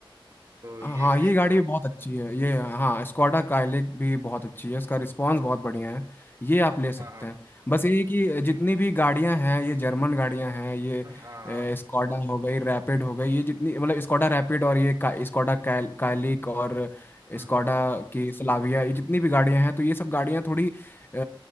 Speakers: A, on the right; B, on the left.
A: तो
B: हाँ
A: ये गाड़ी
B: ये गाड़ी भी बहुत अच्छी है ये हाँ स्कॉडा काइलिक भी बहुत अच्छी है इसका रिस्पांस बहुत बढ़िया है ये आप ले सकते
A: हाँ हाँ
B: हैं बस ये है कि जितनी भी गाड़ियां हैं ये जर्मन गाड़ियां हैं ये
A: हाँ हाँ
B: स्कॉडा हो गई रैपिड हो गई ये जितनी मतलब स्कॉडा रैपिड और ये का, स्कॉडा काइल, काइलिक और
A: हम्म
B: स्कॉडा
A: हम्म,
B: की स्लाविया ये जितनी भी गाड़ियां हैं तो ये सब गाड़ियां थोड़ी अ,